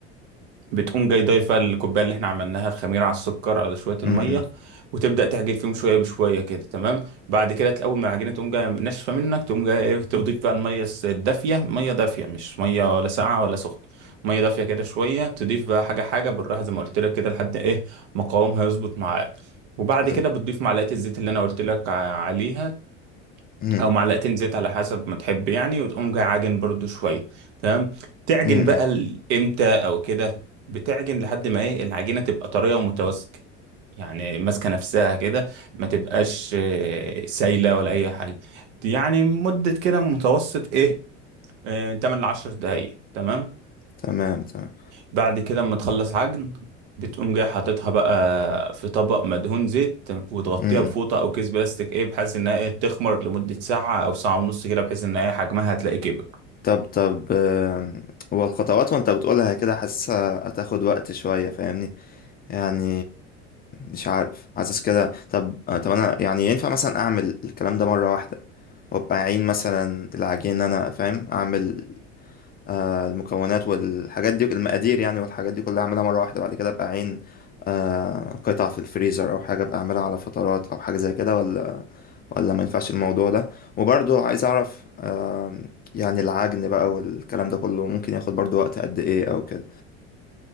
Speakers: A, on the right (about 70°); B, on the left (about 25°).
A: بتقوم جاي ضايفة الكوباية اللي احنا عملناها الخميرة على السكر على شوية
B: امم
A: المية وتبدأ تعجن فيهم شوية بشوية كده تمام بعد كده تلاقي أول ما العجينة تقوم جاية ناشفة منك تقوم جاية ايه تضيف بقى المية الس- الدافية مية دافية مش مية ولا ساقعة ولا سخنة مية دافية كده شوية تضيف بقى حاجة حاجة بالراحة زي ما قلت لك كده لحد ايه مقاومها يظبط معاك وبعد
B: حلو
A: كده بتضيف معلقة الزيت اللي انا قلت لك ع- عليها
B: امم
A: او معلقتين زيت على حسب ما تحب يعني وتقوم جاي عاجن برضو شويه تمام تعجن
B: امم
A: بقى ال- امتى او كده بتعجن لحد ما ايه العجينه تبقى طريه ومتماسكه يعني ماسكه نفسها كده ما تبقاش آه، سايله ولا اي حاجه يعني مده كده متوسط ايه آه، 8 ل 10 دقائق تمام
B: تمام تمام
A: بعد كده اما تخلص عجن بتقوم جاي حاططها بقى في طبق مدهون زيت وتغطيها
B: امم
A: بفوطة أو كيس بلاستيك إيه بحيث إنها إيه تخمر لمدة ساعة أو ساعة ونص كده بحيث إن إيه حجمها هتلاقي كبر
B: طب طب آم، هو الخطوات وانت بتقولها كده حاسسها هتاخد وقت شويه فاهمني يعني مش عارف حاسس كده طب آه، طب انا يعني ينفع مثلا اعمل الكلام ده مره واحده وابقى اعين مثلا العجين إن انا فاهم اعمل آه، المكونات والحاجات دي المقادير يعني والحاجات دي كلها اعملها مره واحده بعد كده ابقى عين آه، قطع في الفريزر او حاجه ابقى اعملها على فترات او حاجه زي كده ولا ولا ما ينفعش الموضوع ده وبرضه عايز اعرف آم، يعني العجن بقى والكلام ده كله ممكن ياخد برضه وقت قد ايه او كده